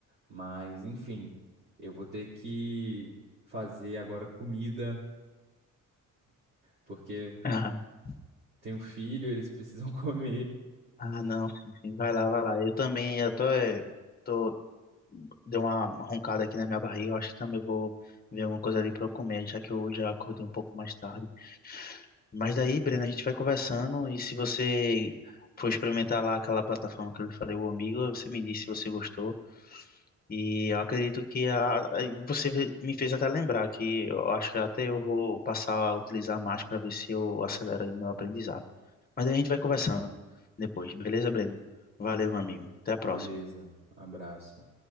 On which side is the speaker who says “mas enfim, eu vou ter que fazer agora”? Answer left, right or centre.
Right